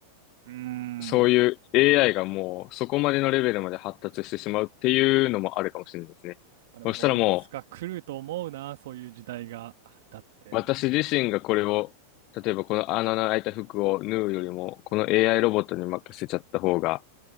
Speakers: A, on the right; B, on the left.
A: うーん。
B: そういう
A: ま
B: AI がもうそこまでのレベルまで発達してしまうっていうのもあるかもしれないですね。
A: あでも、
B: そしたらも
A: いつか来ると思うな、そういう時代が。だって、
B: う私自身がこれを、例えばこの穴の開いた服を縫うよりも、この AI ロボットに任せちゃった方が